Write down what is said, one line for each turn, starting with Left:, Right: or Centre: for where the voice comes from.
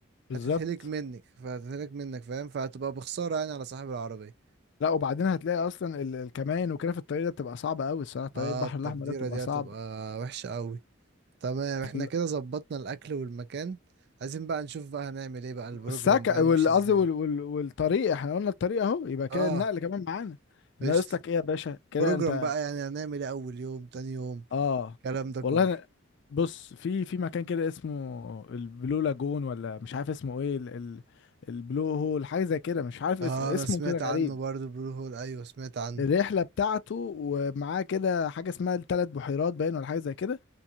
Left: بالظبط
Right: هتتهلك منك فهتتهلك منك فاهم فهتبقى بخسارة يعني على صاحب العربية
Left: لا وبعدين هتلاقي اصلا ال- الكماين وكده في الطريق ده بتبقى صعبه قوي الصراحه طريق
Right: اه
Left: البحر
Right: التقديرة
Left: الاحمر ده بتبقى
Right: دي
Left: صعبه
Right: هتبقى وحشة قوي تمام احنا
Left: فال...
Right: كده ظبطنا الاكل والمكان عايزين بقى نشوف بقى هنعمل ايه بقى البروجرام
Left: والسكة
Right: بقى
Left: وال-
Right: يمشي ازاي
Left: قصدي وال... وال... والطريق احنا قلنا الطريق اهو يبقى كده
Right: اه
Left: النقل كمان معانا ناقص
Right: قشطة
Left: لك ايه يا باشا كده
Right: بروجرام
Left: انت
Right: بقى يعني هنعمل ايه اول يوم تاني يوم
Left: اه
Right: الكلام ده كله
Left: والله أنا بص في في مكان كده اسمه البلو لاجون ولا مش عارف اسمه ايه ال ال البلو هول حاجه زي كده مش عارف
Right: اه
Left: اس اسمه
Right: انا سمعت
Left: كده غريب
Right: عنه برضو البلو هول ايوه سمعت عنه
Left: الرحله بتاعته ومعاه كده حاجه اسمها الثلاث بحيرات باين ولا حاجه زي كده